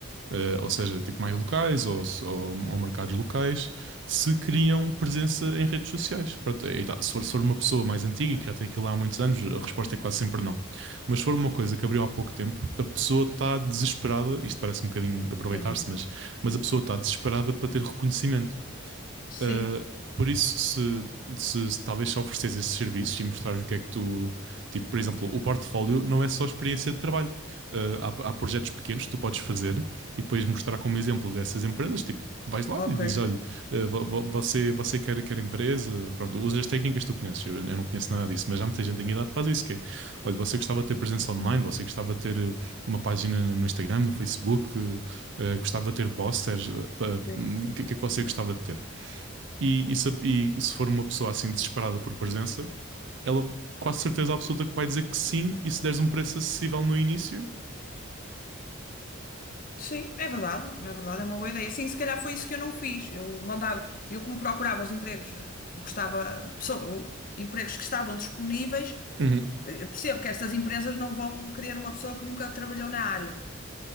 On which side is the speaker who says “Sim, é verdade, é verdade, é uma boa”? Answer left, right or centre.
Left